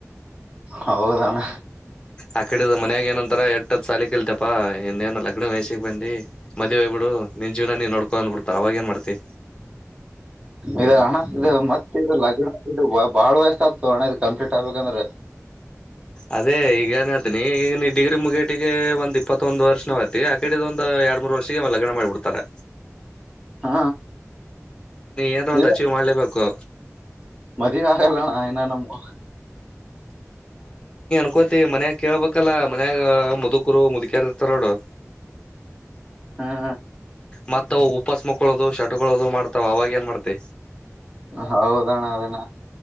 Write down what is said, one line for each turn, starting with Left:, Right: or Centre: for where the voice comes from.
Right: ಹೌದಣ್ಣ.
Left: ಆ ಕಡಿದ ಮನ್ಯಾಗ ಏನಂತರ ಎಟ್ಟದ್ ಸಾಲಿಕ ಇಲ್ತಪಾ ಇನ್ನೇನು ಲಗ್ನ ವಯಸಿಗೆ ಬಂದಿ. ಮದುವವ್ಬ ಬಿಡು ನಿನ್ ಜೀವನ ನೀನ್ ನೋ. ಕೊಂಡ್ ಬಿಡ್ತಾರ ಅವಾಗ ಏನ್ ಮಾಡ್ತಿ.
Right: ಈಗ ಅಣ ಇ ಮತ್ತ ಲಗ್ನ ಬಾಳ್ ವಯಸ್ಸ ಆತು ಅಣ್ಣ ಇ ಕಂಪ್ಲೀಟ್ ಆಗ್ಬೇಕಂದ್ರೆ.
Left: ಅದೇ ಈಗನ. ಅಿನಿ ಈಗ ನೀ ಡಿಗ್ರಿ ಮುಗೇಟಿಗೆ ಒಂದ್ ಇಪ್ಪತ್ತೊಂದ್ ವರ್ಷ ನಾವ್ತಿ ಆ ಕಡೆಿದ ಒಂದು ಎರಡ್ ಮೂರ್ ವರ್ಷಿಗೆ ಲಗ್ನ ಮಾಡಿಬಿಡ್ತಾರೆ.
Right: ಹಾ.
Left: ಏನಾರ ಒಂದ್
Right: ಇ
Left: ಅಚೀವ್ ಮಾಡ್ಲೇಬೇಕು
Right: ಮಧ ಹಲಣ ಇನನು. ಹ
Left: ಹಕೋತಿ ಮನ್ಯಾಗ ಕೇಳ್ಬಲ್ಲ ಮನ್ಯಾಗ ಮುದುಕರು ಮುದುಕ್ಯಾರ ಇರ್ತಾರ ನೋಡು
Right: ಹ್ಮ್
Left: ಮತ್ತ ಉಪಾಸ ಮಕ್ಕಳದು ಶರ್ಟ್ಗಳುದು ಮಾಡ್ ತ ಅವಾಗ ಏನ್ ಮಾಡ್ತೆ
Right: ಹೌದಣ ಅದಣ